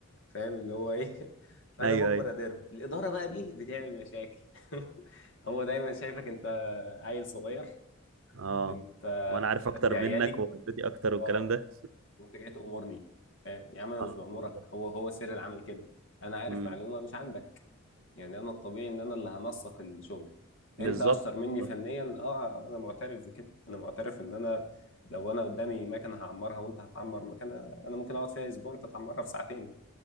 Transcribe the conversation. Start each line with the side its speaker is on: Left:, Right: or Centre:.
Left: فاهم اللي هو ايه <laughs> فانا
Right: ايوه
Left: مجبر
Right: ايوه
Left: اديرهم الاداره بقى دي بتعمل مشاكل <laughs> هو دايما شايفك انت عيل صغير
Right: اه
Left: انت
Right: وانا عارف اكتر
Left: قد عيالي
Right: منك وخبرتي اكتر
Left: اه
Right: والكلام ده
Left: وانت جاي تامرني فاهم يا عم انا
Right: اه
Left: مش بامرك
Right: بالظبط
Left: هو هو سر العمل كده انا عارف
Right: امم
Left: معلومه مش عندك يعني انا الطبيعي ان انا اللي هنسق الشغل انت
Right: بالظبط
Left: اشطر مني
Right: بالظبط
Left: فنيا اه انا معترف بكده انا معترف ان انا لو انا قدامي مكنه هعمرها وانت هتعمر مكنه انا ممكن اقعد فيها اسبوع انت تعمرها في ساعتين